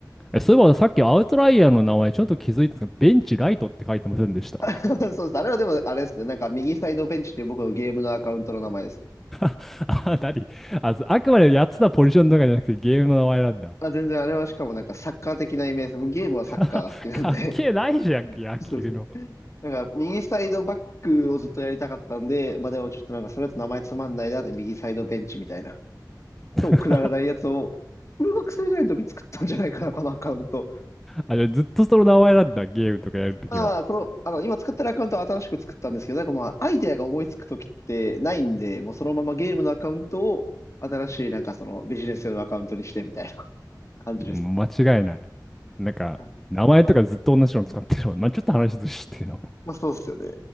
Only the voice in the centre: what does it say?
え、そういえばさっきアウトライヤーの名前ちょっと気づいたんですが、ベンチライトって書いてませんでした。
<laughs> あ、なにあ、そうあくまでやってたポジションとかじゃなくてゲームの名前なんだ。
<laughs> 関係ないじゃん、
野球の。
<laughs>
あ、じゃあずっとその名前なんだ、ゲームとかやるときは。
いや、もう間違いない。なんか、
名前とかずっと同じの使ってるもん。まあ、ちょっと話ずしてるの。